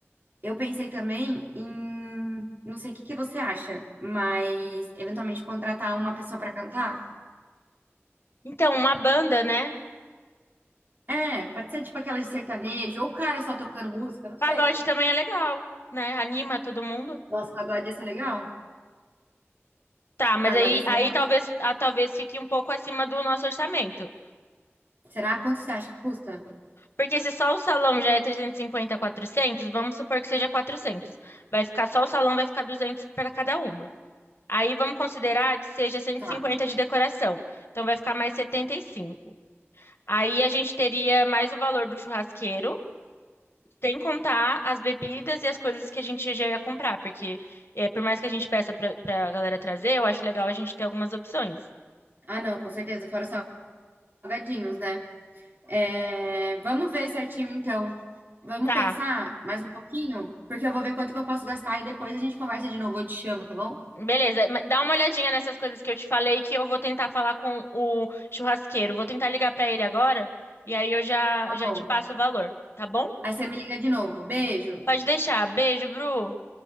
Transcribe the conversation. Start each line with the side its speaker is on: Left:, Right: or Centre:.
Right: Eu pensei também em, não sei o que que você acha, mas eventualmente contratar uma pessoa pra cantar.
Left: Então, uma banda, né?
Right: É, pode ser tipo aquela de sertanejo, ou o cara só tocando música, não sei.
Left: Pagode também é legal, né? Anima todo mundo.
Right: Nossa, pagode ia ser legal?
Left: Tá, mas
Right: Pagode
Left: aí,
Right: ia ser
Left: aí
Right: legal.
Left: talvez, ah, talvez fique um pouco acima do nosso orçamento.
Right: Será? Quanto você acha que custa?
Left: Porque se só o salão já é 350, 400, vamos supor que seja 400. Vai ficar só o salão, vai ficar 200 para cada uma. Aí vamos considerar que seja 150
Right: Tá.
Left: de decoração. Então vai ficar mais 75. Aí a gente teria mais o valor do churrasqueiro, sem contar as bebidas e as coisas que a gente já ia comprar, porque é, por mais que a gente peça para a galera trazer, eu acho legal a gente ter algumas opções.
Right: Ah, não, com certeza, fora os salgadinhos, né? É, vamos ver certinho então. Vamos
Left: Tá,
Right: pensar mais um pouquinho, porque eu vou ver quanto que eu posso gastar e depois a gente conversa de novo. Eu te chamo, tá bom?
Left: Beleza, ma- dá uma olhadinha nessas coisas que eu te falei que eu vou tentar falar com o churrasqueiro. Vou tentar ligar pra ele agora e aí eu já
Right: Tá
Left: já
Right: bom.
Left: te passo o valor, tá bom?
Right: Aí você me liga de novo. Beijo.
Left: Pode deixar. Beijo, Bru.